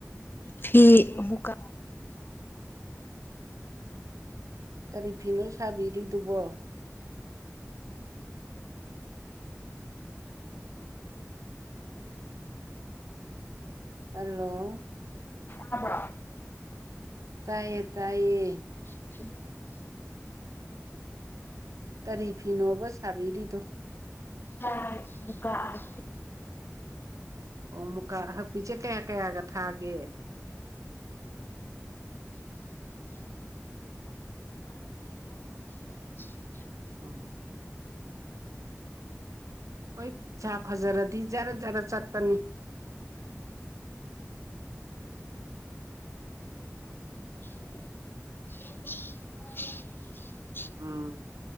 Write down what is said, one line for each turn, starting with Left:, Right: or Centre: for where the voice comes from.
Left: ꯐꯤꯑꯃꯨꯛ ꯀꯥ
Right: ꯀꯔꯤ ꯐꯤꯅꯣ ꯁꯥꯕꯤꯔꯤꯗꯨꯕꯣ ꯍꯜꯂꯣ
Left: ꯇꯕꯥꯔꯣ
Right: ꯇꯥꯏꯌꯦ ꯇꯥꯏꯌꯦ
Left: <unintelligible>
Right: ꯀꯔꯤ ꯐꯤꯅꯣꯕ ꯁꯥꯕꯤꯔꯤꯗꯣ
Left: ꯃꯨꯀꯥ ꯃꯨꯀꯥ
Right: ꯑꯣ ꯃꯨꯀꯥ ꯍꯛꯄꯤꯆꯦ ꯀꯌꯥ ꯀꯌꯥꯒ ꯊꯥꯒꯦ
Left: <unintelligible>
Right: ꯎꯝ ꯍꯣꯏ ꯄꯤꯖꯥ ꯐꯖꯔꯗꯤ ꯖꯔ ꯖꯔ ꯆꯠꯄꯅꯤ
Left: ꯎꯝ
Right: <inaudible>
Left: <inaudible>
Right: ꯎꯝ